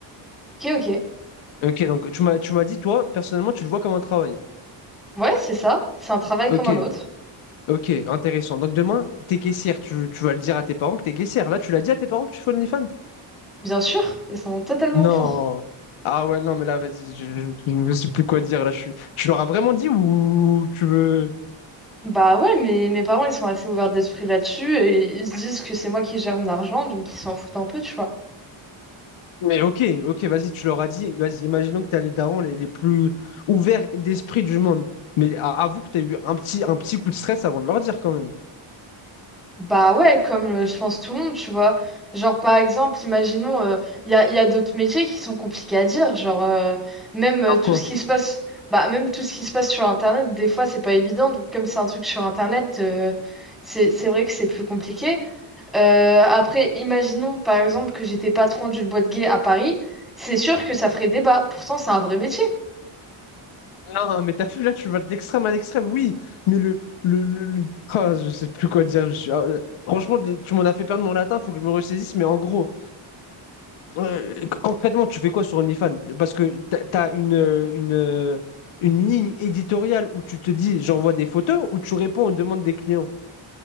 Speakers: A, in the centre; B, on the left.
A: Ok, ok.
B: Ok, donc tu m'as tu m'as dit, toi, personnellement, tu le vois comme un travail.
A: Ouais, c'est ça. C'est un travail
B: Ok,
A: comme un autre.
B: ok, intéressant. Donc demain, t'es caissière, tu, tu vas le dire à tes parents que t'es caissière. Là, tu l'as dit à tes parents que tu fais OnlyFans?
A: Bien sûr, ils sont totalement
B: Non.
A: pour.
B: Ah ouais, non, mais là, vas-y, je, je, je ne sais plus quoi dire. Là, je, suis- tu leur as vraiment dit ou tu veux...
A: Bah ouais, mais mes parents, ils sont assez ouverts d'esprit là-dessus et ils se disent que c'est moi qui gère mon argent, donc ils s'en foutent un peu, tu vois.
B: Mais ok, ok, vas-y, tu leur as dit. Vas-y, imaginons que tu as les darons les, les plus ouverts d'esprit du monde. Mais a- avoue que tu as eu un petit, un petit coup de stress avant de leur dire quand même.
A: Bah ouais, comme euh, je pense tout le monde, tu vois. Genre par exemple, imaginons, euh, il y a, il y a d'autres métiers qui sont compliqués à dire, genre euh, même
B: Alors
A: euh, tout
B: quoi?
A: ce qui se passe, bah même tout ce qui se passe sur Internet, des fois c'est pas évident, donc comme c'est un truc sur Internet, euh, c'est c'est vrai que c'est plus compliqué. Euh, après, imaginons par exemple que j'étais patron d'une boîte gay à Paris, c'est sûr que ça ferait débat, pourtant c'est un vrai métier.
B: Non, mais t'as vu, là, tu vas de l'extrême à l'extrême, oui. Mais le... le, le, le- Ah, je sais plus quoi dire. Je suis... ah, euh, Franchement, tu m'en as fait perdre mon latin, faut que je me ressaisisse. Mais en gros, Euh, concrètement, tu fais quoi sur OnlyFans? Parce que tu as une, euh, une, euh, une ligne éditoriale où tu te dis j'envoie des photos ou tu réponds aux demandes des clients.